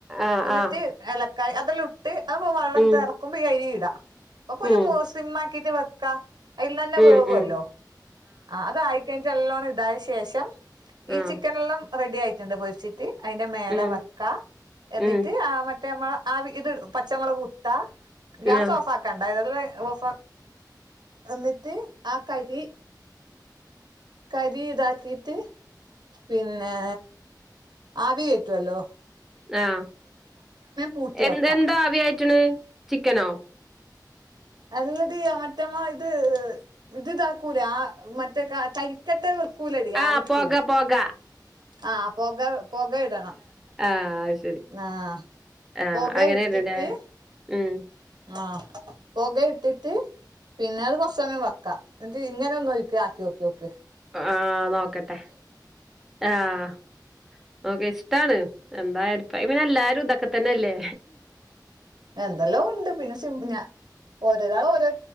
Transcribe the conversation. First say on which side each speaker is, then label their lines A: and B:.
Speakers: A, in the centre; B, on the right.
A: ആഹ്
B: എന്നിട്ട്
A: ആഹ്
B: ഏലക്കായ അതെല്ലു ട്ട് അത് വെള്ളം
A: ഉം
B: തിറക്കുമ്പോ ഈ അരി ഇടാ അപ്പൊന്നെ
A: ഉം
B: മോ സിമാക്കിട്ട് വെക്കാ അയിൽന്നഞ്ഞെ
A: ഉം
B: വേവുല്ലോ
A: ഉം
B: ആഹ് അത് ആയി കഴിഞ്ഞിട്ട് നല്ലോണം ഇതായ ശേഷം ഈ
A: ആഹ്
B: ചിക്കനെല്ലാം റെഡി ആയിട്ടുണ്ട് പൊരിച് ട്ട് അതിന്റെ മേലെ
A: ഉം
B: വെക്കാ എന്നിട്ട്
A: ഉം
B: ആഹ് മറ്റേ മ്മളെ ആഹ് ഇത് പച്ചമുളക് ത്ത ഗ്യാസ്
A: ആഹ്
B: ഓഫ് ആക്കണ്ട ഇതെല്ലാം ഓഫ എന്നിട്ട് ആഹ് കരി. കരി ഇതാക്കിട്ട് പിന്നെ ആവി കേറ്റുവല്ലോ.
A: ആഹ്
B: പൂട്ടി
A: എ
B: വെക്കാം
A: എന്താ അവിയയിറ്റ്ണ് ചിക്കനോ.
B: അല്ലടി ആഹ് മറ്റമ്മ ഇത് ഇത് താക്കൂലെ ആഹ് മറ്റേ കരിക്കട്ട വെക്കൂലടി
A: ആഹ്
B: ആവിക്ക്
A: പോക പോക
B: ആഹ് പൊക പൊക ഇടണം.
A: ആഹ് അത് ശരി
B: ആ
A: ആഹ്
B: പൊക
A: അങ്ങനെണ്ലേ
B: ഇട്ടിട്ട്
A: ഉം.
B: ആഹ് പൊക ഇട്ടിട്ട് പിന്നെ അത് കൊറച്ച് സമയം വെക്കാ. ന്ന്ട്ട് ഇങ്ങനെ ഒന്നാെര്ക്കെ ആക്ക്യോക്ക്യോക്ക്
A: അഹ് ആഹ് നോക്കട്ടെ ആഹ് ഓക്കെ ഇഷ്ടാണ് എന്താ അരിപായ് എല്ലാരും ഇതൊക്കെ തന്നെല്ലേ
B: എന്തെല്ലോ ഉണ്ട് പിന്നെ സിമ്പ് ഞാൻഓരോ രാൾ ഓരോ